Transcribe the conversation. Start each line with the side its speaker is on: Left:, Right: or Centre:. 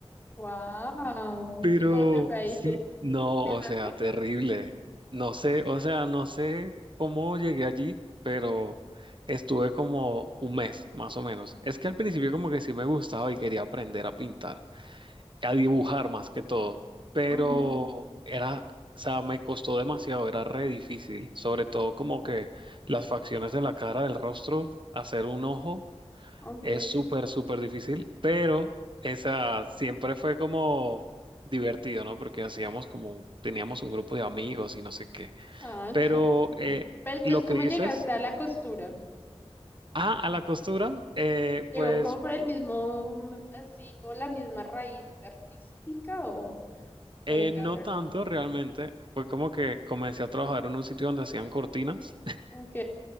Left: Wow.
Right: Pero
Left: ¿Y cómo te fue ahí?
Right: sí,
Left: <laughs>
Right: no,
Left: empezaste
Right: o sea, terrible. No sé, o sea, no sé cómo llegué allí, pero estuve como un mes, más o menos. Es que al principio como que sí me gustaba y quería aprender a pintar, a dibujar más que todo, pero
Left: Ujú.
Right: era, o sea, me costó demasiado, era re difícil, sobre todo como que las facciones de la cara, del rostro, hacer un ojo.
Left: Ok.
Right: Es súper, súper difícil, pero esa siempre fue como divertido, ¿no? Porque hacíamos como, teníamos un grupo de amigos y no sé qué.
Left: Ah,
Right: Pero
Left: chévere.
Right: eh,
Left: Pero entonces,
Right: lo que
Left: ¿cómo
Right: dices,
Left: llegaste a la costura?
Right: ah, a la costura, eh,
Left: Llegó
Right: pues
Left: como por el mismo, mm, así, con la misma raíz artística o
Right: eh,
Left: fue
Right: no
Left: ya otra
Right: tanto
Left: cosa.
Right: realmente. Fue como que comencé a trabajar en un sitio donde hacían cortinas.
Left: Ok,